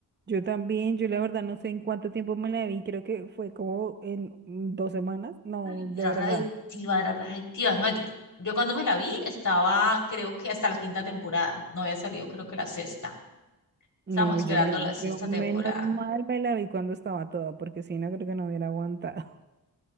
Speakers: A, on the right (about 25°); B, on the left (about 45°).
A: Yo también, yo la verdad no sé en cuánto tiempo me la vi, creo que fue como en mm, dos semanas, no,
B: Ay,
A: de
B: Era
A: verdad.
B: readictiva, era readictiva. Además, yo, yo cuando me la vi estaba, creo que hasta la quinta temporada. No había salido, creo que la sexta.
A: No,
B: Estamos esperando
A: yo, me,
B: la sexta
A: yo menos
B: temporada.
A: mal me la vi cuando estaba toda, porque si no creo que no hubiera aguantado.